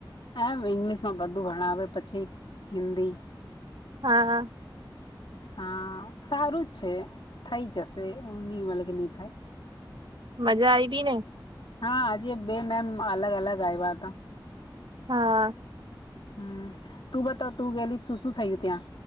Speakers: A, on the left; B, on the right.
A: એમ ઈંગ્લિશ માં બધું ભણાવે પછી હિન્દી
B: હા હા
A: હા સારું જ છે થઈ જશે નહી મતલબ કે નહી થાય.
B: મજા આવીને.
A: હા આજે બે મેમ અલગ અલગ આવ્યા હતા.
B: હા.
A: હું તું બતાવ તું ગયલી શું શું થયું ત્યાં.